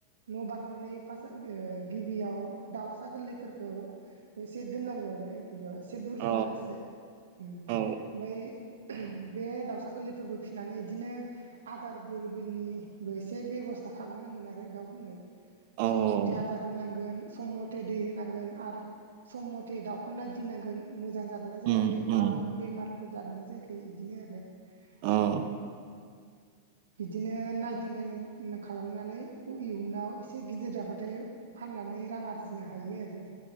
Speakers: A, on the right; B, on the right.
A: न' बानायनानै फास ओ गिबियाव दाउसा गोरलैफोरखौ एसे दोननांगौ आरो बेयाव एसे बुरजासो
B: अ
A: ओम ओमफ्राय
B: औ
A: बे दाउ सा गोरलैफोरखौ फिसिनानै बिदिनो आदार फोरनिबो एसे बेब'स्था खालामनांगोन आरो दाउफोरनो
B: औ
A: सम मथे आदार होनांगोन सम मथे दै होनांगोन आरो सम मथे दाउखौ नायदिनांगोन मोजां जादोंना जायाखै
B: उम
A: माबाफोर
B: उम
A: बेमारफोर जादोंना जायाखै बिदिनो आरो ओमफ्राय
B: अ <inaudible>
A: बिदिनो नायदिंनाय खालामनानै इयुनाव एसे गिदिर जाबाथाय फानना नै रां आरजिनो हायो आरो